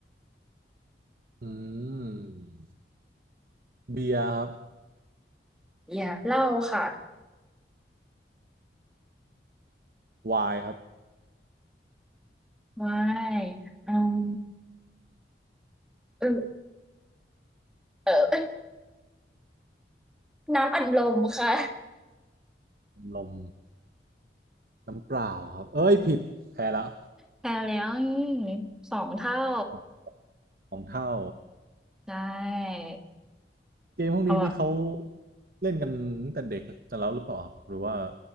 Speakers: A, on the right; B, in the centre.
A: อืมเบียร์ครับ
B: Yeah. เหล้าค่ะ
A: ไวน์ครับ
B: ไม่อืมเออเออเอ้ <laughs> ยน้ำอัดลมค่ะ
A: ลมน้ำเปล่าครับ เอ้ยผิดแพ้แล้ว
B: แพ้แล้วนี่สองเท่า
A: สองสองเท่า
B: ใช่
A: เกมพวกนี้นี่เขา
B: เอาวะ
A: เล่นกันตั้งแต่เด็กกันแล้วหรือเปล่าครับหรือว่า